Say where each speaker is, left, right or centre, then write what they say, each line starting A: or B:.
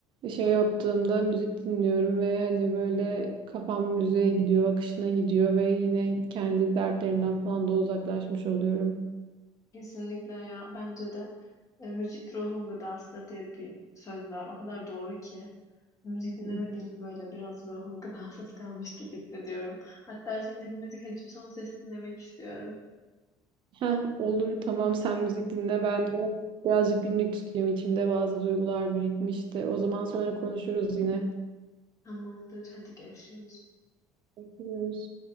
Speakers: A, on the right (about 55°); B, on the left (about 35°).
A: şey yaptığımda müzik dinliyorum ve hani böyle kafam müziğe gidiyor, akışına gidiyor ve yine kendi dertlerimden falan da uzaklaşmış oluyorum.
B: Kesinlikle ya. Bence de e, müzik ruhun gıdasıdır diye bir söz var. O kadar doğru ki. Müzik
A: <laughs>
B: dinlemediğimde böyle biraz ruhum <laughs> gıdasız kalmış gibi hissediyorum. Hatta şimdi bir müzik açıp son ses dinlemek istiyorum.
A: Heh, olur tamam sen müzik dinle ben de birazcık günlük tutayım içimde bazı duygular birikmişti. O zaman sonra konuşuruz yine.
B: Tamamdır. Hadi görüşürüz.
A: Görüşürüz.